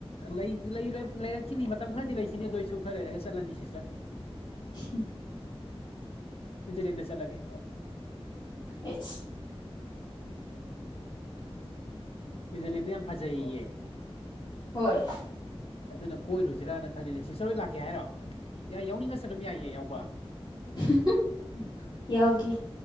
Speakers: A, on the left; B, on the left.
A: ꯂꯩ ꯂꯩꯔꯛ ꯂꯩꯔꯛꯈꯤꯅꯤ ꯃꯇꯝ ꯈꯔꯗꯤ ꯂꯩꯈꯤꯅꯤ ꯑꯗꯨ ꯑꯣꯏꯁꯨ ꯈꯔ ꯂꯩꯔꯒ ꯆꯠꯂꯅꯤ ꯁꯤꯁꯇꯔ
B: <unintelligible>
A: ꯁꯨꯏꯖꯔꯂꯦꯟ ꯗ ꯆꯠꯂꯒꯦ
B: ꯑꯩꯁ
A: ꯁꯨꯏꯖꯔꯂꯦꯟꯗꯣ ꯌꯥꯝ ꯐꯖꯩꯌꯦꯑꯦ
B: ꯍꯣꯏ
A: ꯑꯗꯨꯅ ꯀꯣꯏꯔꯨꯁꯤꯔꯥꯅ ꯈꯜꯂꯤꯅꯦ ꯁꯤꯁꯇꯔ ꯍꯣꯏ ꯂꯥꯛꯀꯦ ꯍꯥꯏꯔꯣ ꯌꯥꯏ ꯌꯥꯎꯅꯤꯡꯉꯁꯨ ꯑꯗꯨꯝ ꯌꯥꯏꯌꯦ ꯌꯥꯎꯕ
B: <unintelligible> ꯌꯥꯎꯒꯦ